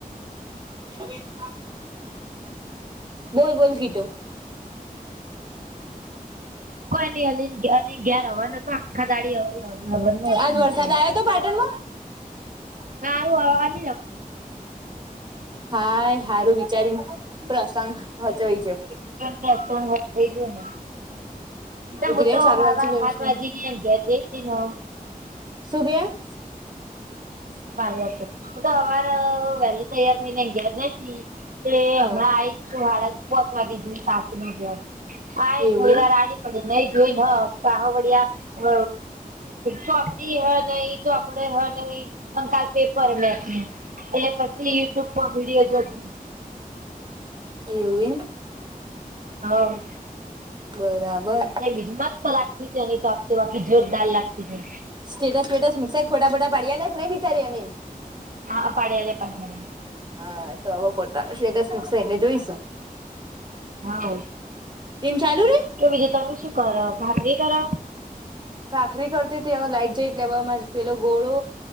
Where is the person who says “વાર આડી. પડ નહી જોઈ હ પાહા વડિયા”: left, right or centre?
Right